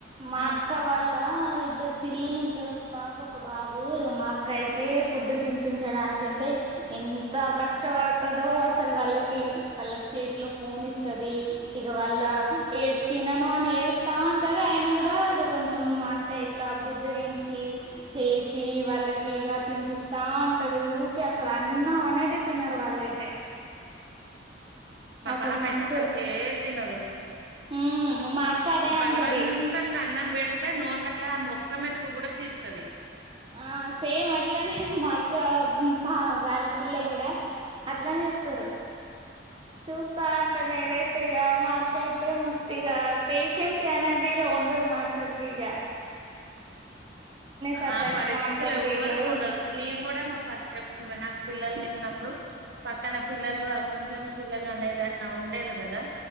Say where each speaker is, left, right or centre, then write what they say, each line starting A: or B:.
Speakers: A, on the right (about 25°); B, on the right (about 65°).
A: మా
B: మ్మ్
A: అక్క వాల్ ఆ ఇద్దరు పిల్లలు ఉంటారు ఒక పాప ఒక బాబు ఇగ మా అక్క అయితే ఫుడ్ తి తినిపించడానీకయితే ఎంత కష్టపడుతుందో అసలు వాళ్ళ కి వాళ్లకి చేతిలో ఫోన్ ఇస్తది ఇగ వాళ్ళ ఏడు తినను అని ఏడుస్తామంటారు ఆయన కూడా ఇగ కొంచెం అ టే ఇట్లా బుజ్జగించి చేసి వాళ్ళకి ఇగ తినిపిస్తా ఉంటది ఊకే అసలు అన్నం అనేదే తినరు వాళ్ళయితే
B: మా
A: అసలు
B: పాప
A: మస్తు
B: అయితే అసల్కి ఏం దినదు
A: ఉమ్ మా అక్క అదే
B: బలవంత
A: అంటది
B: నింగా అన్నం పెడితే నోట్లక అ మొక్క మెతుకు కూడా తీత్తది
A: ఆ సేమ్ అట్లనే మా అక్క పా వాళ్ళ పిల్లలు కూడా అట్లానే ఇస్తారు చూస్తా ఉంట నేనైతే ఇగ మా అక్క అయితే మస్తీగా పేషన్స్ అనేదిగా ఉండదు మాక్ కంగిగా సతాయిస్తా
B: ఆ పరిస్థితి
A: అంటారు
B: ఎవ్వరికు
A: వీళ్ళు
B: ఉండదు నేను కూడా మా పక్క నాకు పిల్లలు లేనప్పుడు పక్కన పిల్లలు ఆ ముస్లిం పిల్లలు అనేది ఉండేది కదా